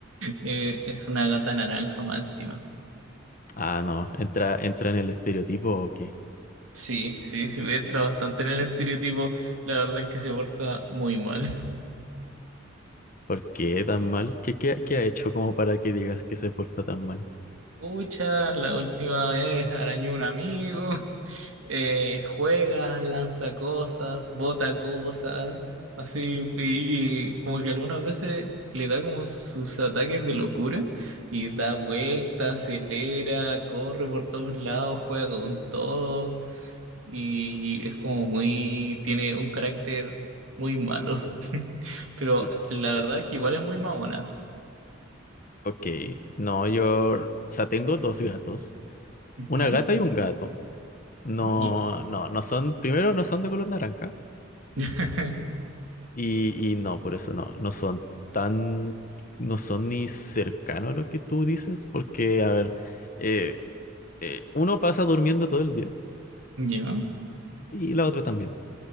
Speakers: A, on the right; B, on the left.
A: Eh, es una gata naranja más encima.
B: Ah, no, entra, entra en el estereotipo o qué.
A: Sí, sí, sí, entra bastante en el estereotipo. La verdad es que se porta muy mal.
B: ¿Por qué tan mal? ¿Qué, qué, qué ha hecho como para que digas que se porta tan mal?
A: Pucha, la última vez arañó un amigo, <laughs> eh, juega, lanza cosas, bota cosas, así, y como que algunas veces le da como sus ataques de locura y da vueltas, acelera, corre por todos lados, juega con todo y es como muy, tiene un carácter muy malo, <laughs> pero
B: Mm,
A: la verdad es que igual es muy mamona.
B: Ok, no, yo, o sea, tengo dos gatos,
A: Ujú.
B: una gata y un gato. No,
A: Ya.
B: no, no son, primero no son de color naranja
A: <laughs>
B: y, y no, por eso no, no son tan, no son ni cercano a lo que tú dices, porque, a ver, eh, eh, uno pasa durmiendo todo el día
A: Ya.
B: y la otra también,